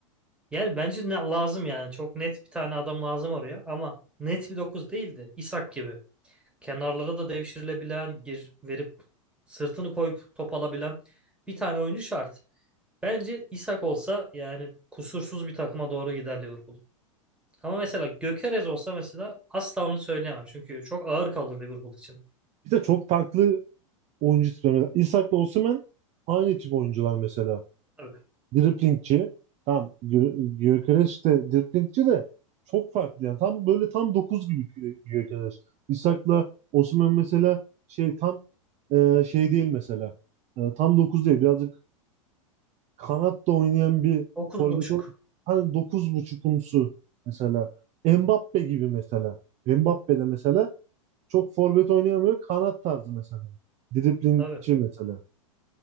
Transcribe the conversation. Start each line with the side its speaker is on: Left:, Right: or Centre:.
Centre: Yani bence ne lazım yani. Çok net bir tane adam lazım oraya ama net bir 9 değildi. de İshak gibi. Kenarlara da devşirilebilen, gir verip sırtını koyup top alabilen bir tane oyuncu şart. Bence İshak olsa yani kusursuz bir takıma doğru gider Liverpool. Ama mesela Gökeres olsa mesela asla onu söyleyemem. Çünkü çok ağır kalır Liverpool için.
Right: Bir de çok farklı oyuncu tipi. Mesela İshak'la Osimhen aynı tip oyuncular mesela.
Centre: Tabii.
Right: driplingçi. Tam Gö- Gyökeres de driplingçi de çok farklı yani. Tam böyle tam 9 gibi Gö- Gyökeres. İshak'la Osimhen mesela şey tam e, şey değil mesela. E, tam 9 değil. Birazcık kanatta oynayan bir
Centre: dokuz
Right: forvet
Centre: buçuk
Right: ol. Hani dokuz buçukumsu mesela. Mbappe gibi mesela. Mbappe de mesela çok forvet oynayamıyor. Kanat tarzı mesela. Driplingçi
Centre: Tabii.
Right: mesela.